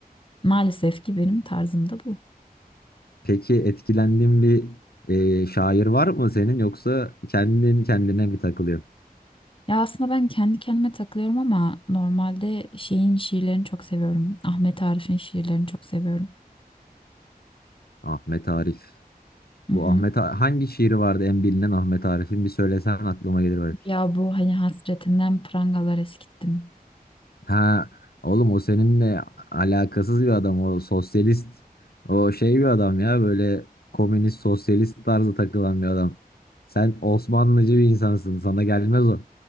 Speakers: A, on the left; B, on the left.
A: Maalesef ki benim tarzım da bu.
B: Peki etkilendiğin bir e, şair var mı senin yoksa kendin kendine mi takılıyorsun?
A: Ya aslında ben kendi kendime takılıyorum ama normalde şeyin şiirlerini çok seviyorum. Ahmet Arif'in şiirlerini çok seviyorum.
B: Ahmet Arif.
A: Hı
B: Bu
A: hı.
B: Ahmet A- hangi şiiri vardı en bilinen Ahmet Arif'in bir söylesen aklıma gelir belki.
A: Ya bu hani hasretinden prangalar eskittim.
B: Ha oğlum o seninle alakasız bir adam o sosyalist o şey bir adam ya böyle komünist sosyalist tarzı takılan bir adam. Sen Osmanlıcı bir insansın sana gelmez o.